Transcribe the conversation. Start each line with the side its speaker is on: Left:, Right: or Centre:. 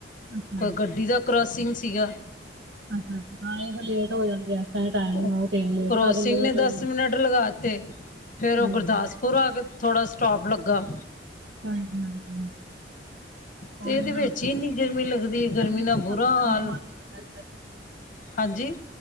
Right: ਅੱਛਾ।
Left: ਕੋਈ ਗੱਡੀ ਦਾ ਕਰੋਸਿੰਗ ਸੀਗਾ।
Right: ਅੱਛਾ-ਅੱਛਾ ਨਾਲੇ ਫਿਰ ਲੇਟ ਹੋ ਜਾਂਦੇ ਆ। ਤਰ੍ਹਾਂ ਟਾਈਮ
Left: ਕਰੋਜ
Right: ਉਹ ਤੇ ਲੇਟ
Left: ਕਰੋਸਿੰਜ
Right: ਕਰ ਦਿੰਦੇ
Left: ਨੇ
Right: ਟ੍ਰੇਨ
Left: ਦੱਸ ਮਿੰਟ ਲਗਾਤੇ, ਫਿਰ ਉਹ
Right: ਹਾਂਜੀ
Left: ਗੁਰਦਾਸਪੁਰ ਫਿਰ ਉਹ ਆ ਕੇ ਥੋੜ੍ਹਾ ਜਾਂ ਸਟੋਪ ਲੱਗਾ।
Right: ਹਾਂ, ਹਮ-ਹਮ। ਕੋਈ
Left: ਤੇ ਇਹਦੇ
Right: ਨਾ,
Left: ਵਿੱਚ ਹੀ ਇੰਨੀ ਗਰਮੀ ਲੱਗਦੀ ਹੈ,
Right: ਗਰਮੀ
Left: ਨਾਲ
Right: 'ਚ' ਵੀ
Left: ਬੁਰਾ
Right: ਸਫ਼ਰ ਕਰਨ
Left: ਹਾਲ
Right: ਦਾ ਮਨ ਨੀ ਕਰਦਾ ਕਿ
Left: ਹਾਂਜੀ।